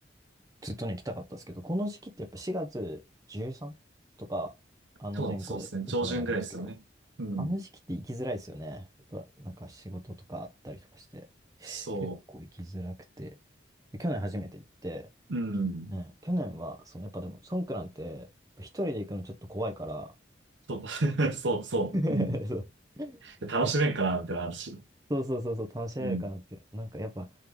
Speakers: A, on the right (about 20°); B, on the right (about 70°).
A: ずっとね、行きたかったんですけど、この時期ってやっぱ4月 13? とか、あの前後でいつもやるんですけど、
B: そう、そうですね、上旬ぐらいですよね。うん、
A: あの時期って行きづらいですよね。やっぱ、なんか仕事とかあったりとかして、
B: そ
A: 結構行きづらくて。で去年初めて行って、
B: う、うん、
A: ね、去年は、そのやっぱでも、ソンクランって、一人で行くのちょっと怖いから、
B: そう、<laughs> そうそう、
A: <laughs>
B: うん。
A: そう。
B: 楽しめんかな、
A: で
B: みたいな話。
A: そうそうそうそう、楽しめるかなっていう。
B: うん、
A: なんかやっぱ